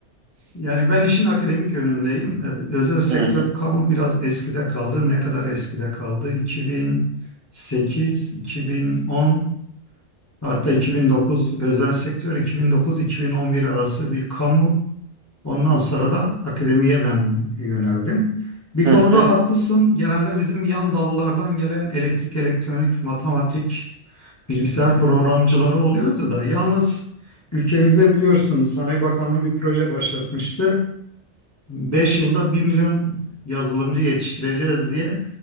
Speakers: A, on the left (about 20°); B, on the right (about 75°).
A: Yani ben işin akademik yönündeyim. Ee, Özel sektör
B: Hı hı,
A: kamu biraz eskide kaldı. Ne kadar eskide kaldı? 2008, 2010 hatta 2009 özel sektör 2009-2011 arası bir kamu Ondan sonra da akademiye ben yöneldim. Bir
B: hı
A: konuda
B: hı.
A: haklısın. Genelde bizim yan dallardan gelen elektrik, elektronik, matematik, bilgisayar programcıları oluyordu da. Yalnız ülkemizde biliyorsunuz Sanayi Bakanlığı bir proje başlatmıştı. 5 yılda bir milyon yazılımcı yetiştireceğiz diye